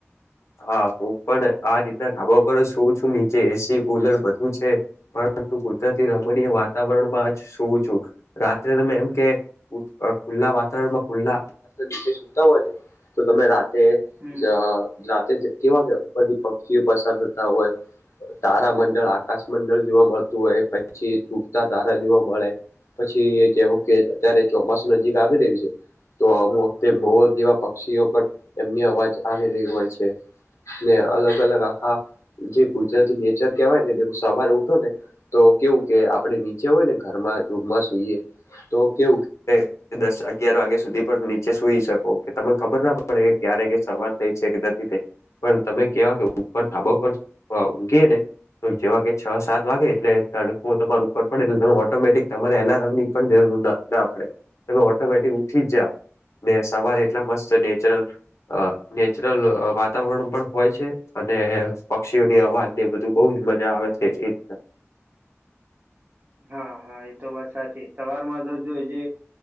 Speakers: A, on the left; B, on the right.
A: હા હું પણ આ રીતના ઢાબા પર સુવું છું નીચે એસી, કુલર બધું છે પરંતુ કુદરતી રમણીય વાતાવરણમાં જ સુવું છું. રાત્રે તમે એમ કે ખુલ્લા વાતાવરણમાં ખુલ્લાતા હોય ને તો તમે રાતે
B: હમ
A: જ કેવા કે બધી પક્ષીઓ પસાર થતા હોય. તારા મંડળ, આકાશ મંડળ જોવા મળતું હોય પછી તૂટતા તારા જોવા મળે. પછી જેવું કે અત્યારે ચોમાસું નજીક આવી રહ્યું છે તો અમુક વખતે મોર જેવા પક્ષીઓ પણ એમની અવાજ આવી રહી હોય છે. ને અલગ અલગ આખા જે કુજરતી નેચર કેવાય ને સવારે ઉઠો ને તો કેવું કે આપણેે નીચે હોય ને ઘરમાં રૂમમાં સુઈએ તો કેવું કે દસ અગયાર વાગ્યા સુધી પણ નીચે સુઈ શકો તમને ખબર ના પડે ક્યારે કે સવાર થઈ છે કે નથી થઈ. પણ તમે કેવા કે ઉપર થાબા પર ઊંઘી ને તો જેવા કે છ સાત વાગે એટલે તડકો તમાર ઉપર પડે એટલે તમે ઓટોમેટિક તમારે અલાર્મ ની પણ જરૂર ના પડે તમે ઓટોમેટિક ઉઠી જ ને સવારે એટલા મસ્ત નેચર નેચરલ વાત વાતાવરણ પણ હોય છે અને પક્ષીઓની અવાજની બધું બહ જ મજા આવે છે એ રીતે.
B: હા હા એ તો વાત સાચી સવારમાં તો જો જે